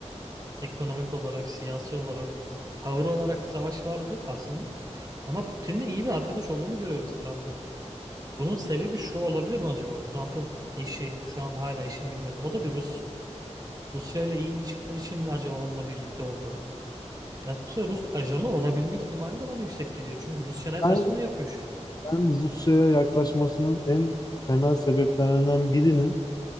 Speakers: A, on the right (about 30°); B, on the left (about 35°).
A: ekonomik olarak, siyasi olarak, tavır olarak bir savaş vardı aslında. Ama Putin'le iyi bir arkadaş olduğunu görüyoruz Trump'ın. Bunun sebebi şu olabilir mi acaba? Trump'ın eşi, şu an hala eşim bilmiyorum. O da bir Rus. Rusya ile iyi ilişkiler için mi acaba onunla birlikte oldu? Ya yoksa Rus ajanı olabilme ihtimali de bana yüksek geliyor. Çünkü Rusya ne
B: Ben,
A: derse onu yapıyor şu an.
B: ben Rusya'ya yaklaşmasının en temel sebeplerinden birinin